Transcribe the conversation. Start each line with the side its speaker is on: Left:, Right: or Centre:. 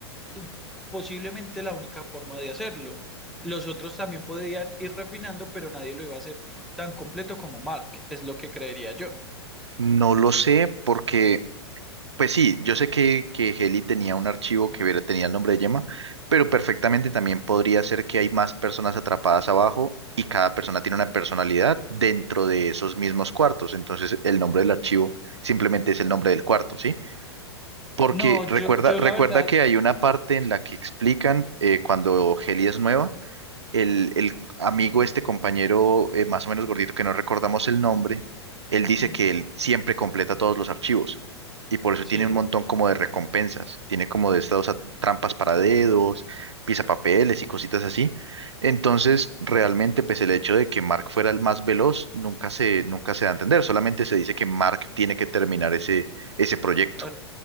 Centre: y posiblemente la única forma de hacerlo. Los otros también podían ir refinando, pero nadie lo iba a hacer tan completo como Mark, es lo que creería yo.
Right: no lo sé porque Pues sí, yo sé que, que Heli tenía un archivo que ver- tenía el nombre de Gemma, pero perfectamente también podría ser que hay más personas atrapadas abajo y cada persona tiene una personalidad dentro de esos mismos cuartos. Entonces el nombre del archivo simplemente es el nombre del cuarto, ¿sí? Porque
Centre: No,
Right: recuerda,
Centre: yo, yo
Right: recuerda
Centre: la verdad,
Right: que hay una parte en la que explican eh, cuando Heli es nueva el, el amigo, este compañero eh, más o menos gordito que no recordamos el nombre, él dice
Centre: ujú.
Right: que él siempre completa todos los archivos y por eso
Centre: Sí,
Right: tiene un montón como de recompensas, tiene como de estas a- trampas para dedos, pisapapeles y cositas así. Entonces, realmente, pues el hecho de que Mark fuera el más veloz nunca se, nunca se da a entender, solamente se dice que Mark tiene que terminar ese, ese proyecto.
Centre: ar-